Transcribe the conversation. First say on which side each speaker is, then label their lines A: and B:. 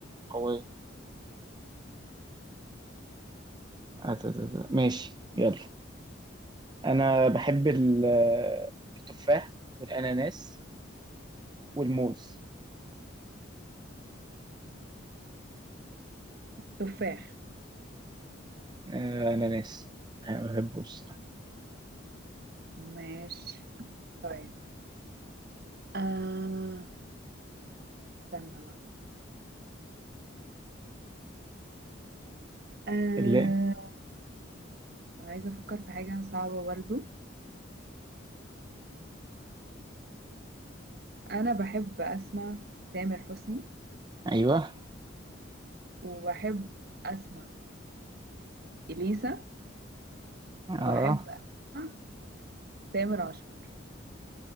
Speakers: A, on the right; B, on the right.
A: قويه آه، ت- ت- ت- ماشي يلا انا بحب ال- التفاح والاناناس والموز
B: تفاح
A: آه، اناناس انا بحبه الصراحه
B: ماشي طيب آه استنى بقى آه
A: اللي
B: عايزه افكر في حاجه صعبه برضو انا بحب اسمع تامر حسني
A: ايوه
B: وبحب اسمع اليسا وبحب
A: اه
B: اسمع تامر عاشور